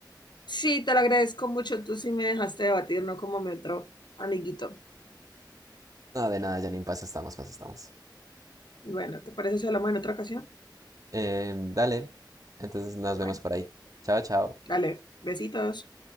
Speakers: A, on the left (about 70°); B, on the right (about 50°).
A: Sí, te lo agradezco mucho. Tú sí me dejaste debatir, no como me entró, amiguito.
B: Nada de nada, Janine, paso estamos, paso estamos.
A: Bueno, ¿te parece si hablamos en otra ocasión?
B: Em, dale. Entonces nos vemos
A: Bueno,
B: por ahí. Chao, chao.
A: dale, besitos.